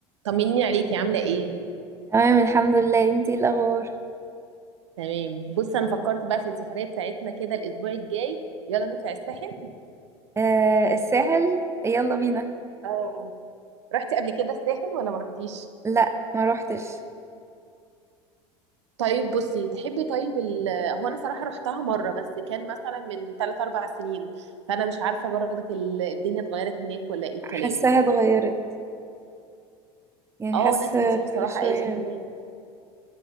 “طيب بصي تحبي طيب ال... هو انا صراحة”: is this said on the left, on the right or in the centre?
Right